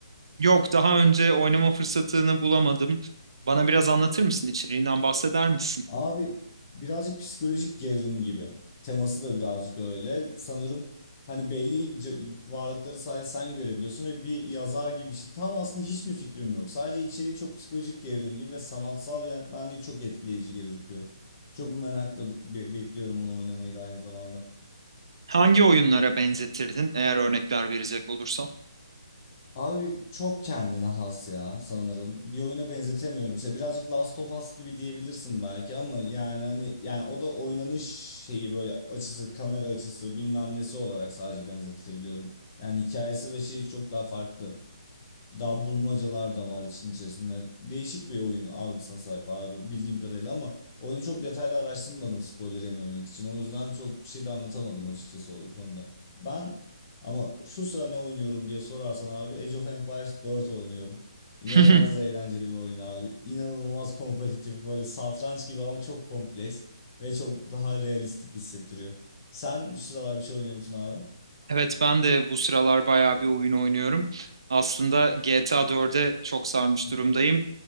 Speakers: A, on the right; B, on the left.
A: Yok, daha önce oynama fırsatını bulamadım. Bana biraz anlatır mısın? İçeriğinden bahseder misin?
B: Abi birazcık psikolojik gerilim gibi. Teması da birazcık öyle. Sanırım hani belli c- varlıkları sadece sen görebiliyorsun ve bir yazar gibi bir şey. Tam aslında hiçbir fikrim yok. Sadece içeriği çok psikolojik gerilim gibi ve sanatsal yönetmenliği çok etkileyici gözüküyor. Çok merakla be- bekliyorum onu oynamayı da aynı zamanda.
A: Hangi oyunlara benzetirdin eğer örnekler verecek olursan?
B: Abi çok kendine has ya sanırım. Bir oyuna benzetemiyorum işte. Birazcık Last of Us gibi diyebilirsin belki ama yani hani yani o da oynanış şeyi böyle açısı, kamera açısı, bilmem nesi olarak sadece benzetebiliyorum. Yani hikayesi ve şeyi çok daha farklı. Daha bulmacalar da var için içerisinde. Değişik bir oyun algısına sahip abi bildiğim kadarıyla ama oyunu çok detaylı araştırmadım spoiler yememek için. O yüzden çok bir şey de anlatamadım açıkçası o konuda. Ben ama şu sıra ne oynuyorum diye sorarsan abi Age of Empires 4 oynuyorum. İnanılmaz
A: <laughs>
B: eğlenceli bir oyun abi. İnanılmaz kompetitif böyle satranç gibi ama çok kompleks ve çok daha realistik hissettiriyor. Sen şu sıralar bir şey oynuyor musun abi?
A: Evet, ben de bu sıralar bayağı bir oyun oynuyorum. Aslında GTA 4'e çok sarmış
B: <laughs>
A: durumdayım.